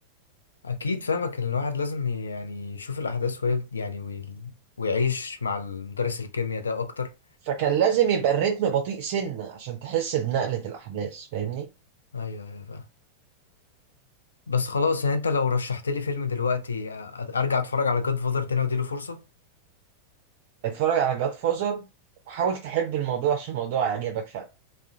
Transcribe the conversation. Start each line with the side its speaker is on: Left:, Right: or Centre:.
Left: اكيد فاهمك ان الواحد لازم ي- يعني يشوف الاحداث وهي يعني وي- ويعيش مع المدرس الكيمياء ده اكتر
Right: فكان لازم يبقى الريتم بطيء سنة عشان تحس بنقلة الأحداث فاهمني
Left: ايوه ايوه فاهم بس خلاص يعني انت لو رشحت لي فيلم دلوقتي أ- ارجع اتفرج على جاد فاذر تاني واديله فرصة
Right: اتفرج على جاد فازر وحاول تحب الموضوع عشان الموضوع يعجبك فعلا